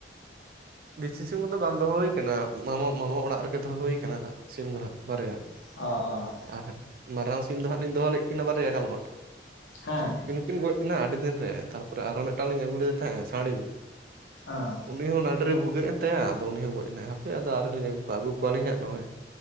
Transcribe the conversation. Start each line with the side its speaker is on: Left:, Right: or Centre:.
Right: ᱫᱮᱥᱤ ᱥᱤᱢ ᱠᱚᱫᱚ ᱵᱟᱝ ᱫᱚᱦᱚ ᱦ ᱟᱠᱟᱱᱟ ᱢᱟᱢ ᱢᱟᱢᱟ ᱚᱲᱟᱜ ᱨᱮᱜᱮ ᱫᱚᱦᱚ ᱦᱩᱠ ᱦᱟᱸᱜ ᱥᱤᱢ ᱫᱚ ᱦᱟᱸᱜ ᱵᱟᱨᱭᱟ
Left: ᱚ ᱚ
Right: ᱟᱨ ᱢᱟᱨᱟᱝ ᱥᱤᱢ ᱫᱚ ᱦᱟᱸᱜ ᱞᱤᱧ ᱫᱚᱦᱚ ᱞᱮᱫ ᱠᱤᱱᱟᱹ ᱵᱟᱨᱭᱟ ᱠᱟᱞᱚᱴ ᱼᱼ
Left: ᱦᱮᱸ
Right: <inaudible> ᱱᱩᱠᱤᱱ ᱜᱚᱡ ᱠᱤᱱᱟ ᱟᱹᱰᱤ ᱫᱤᱱ ᱨᱮ ᱛᱟᱨᱯᱚᱨᱮ ᱟᱨᱚ ᱢᱤᱫᱴᱟᱝ ᱞᱤᱧ ᱟᱹᱜᱩ ᱞᱮᱫ ᱛᱟᱦᱮᱸᱜ ᱥᱟᱹᱲᱤ
Left: ᱦᱮ
Right: ᱩᱱᱤ ᱦᱚᱸ ᱱᱟᱹᱰᱨᱮ ᱵᱷᱩᱜᱟᱹᱜ ᱮᱱ ᱛᱟᱭᱟ ᱟᱫᱚ ᱩᱱᱤ ᱦᱚᱸ ᱱᱟᱹᱰᱨᱤ ᱵᱷᱩᱜᱟᱹᱮᱱ ᱛᱟᱭᱟ ᱜᱚᱡ ᱮᱱᱟᱭ ᱦᱟᱯᱮ ᱟᱫᱚ ᱟᱹᱣᱨᱤ ᱞᱤᱧ ᱟᱜᱩ ᱠᱚᱣᱟ ᱟᱹᱜᱩ ᱠᱚᱣᱟᱞᱤᱧ ᱦᱟᱸᱜ ᱱᱚᱜᱼᱚᱭ